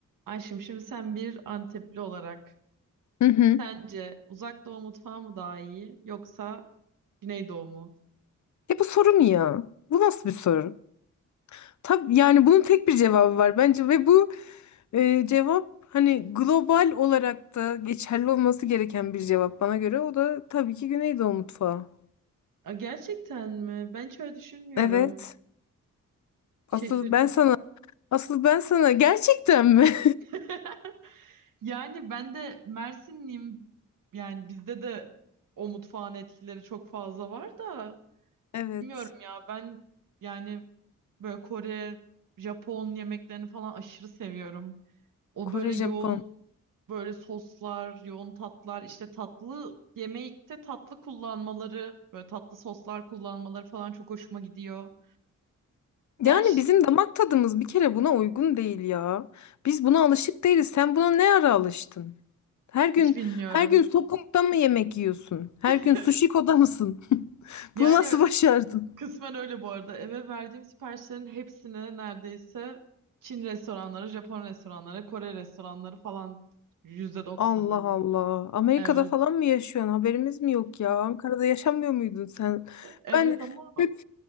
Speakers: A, on the right (about 85°); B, on the left (about 65°).
A: Ayşem şimdi sen bir Antepli olarak
B: Hı hı.
A: sence Uzak Doğu mutfağı mı daha iyi yoksa Güneydoğu mu?
B: E bu soru mu ya? Bu nasıl bir soru? Tabii yani bunun tek bir cevabı var bence ve bu e, cevap hani global olarak da geçerli olması gereken bir cevap bana göre. O da tabii ki Güneydoğu mutfağı.
A: Aa, gerçekten mi? Ben hiç öyle düşünmüyorum.
B: Evet.
A: Şaşırdım.
B: Asıl ben sana, asıl ben sana gerçekten mi? <laughs>
A: <laughs> Yani ben de Mersinliyim. Yani bizde de o mutfağın etkileri çok fazla var da
B: Evet.
A: bilmiyorum ya ben yani böyle Kore, Japon yemeklerini falan aşırı seviyorum. O
B: Kore,
A: böyle
B: Japon.
A: yoğun böyle soslar, yoğun tatlar işte tatlı yemekte tatlı kullanmaları, böyle tatlı soslar kullanmaları falan çok hoşuma gidiyor. Ya
B: Yani
A: hiç
B: bizim damak tadımız bir kere buna uygun değil ya. Biz buna alışık değiliz. Sen buna ne ara alıştın? Her gün
A: hiç bilmiyorum.
B: her gün sokakta mı yemek yiyorsun? Her
A: <laughs>
B: gün sushiko'da mısın? <laughs>
A: Yani
B: Bunu nasıl başardın?
A: Kısmen öyle bu arada. Eve verdiğim siparişlerin hepsini neredeyse Çin restoranları, Japon restoranları, Kore restoranları falan yüzde doksanı.
B: Allah Allah. Amerika'da
A: Evet.
B: falan mı yaşıyorsun? Haberimiz mi yok ya? Ankara'da yaşamıyor muydun sen?
A: Evet
B: Ben
A: ama
B: hep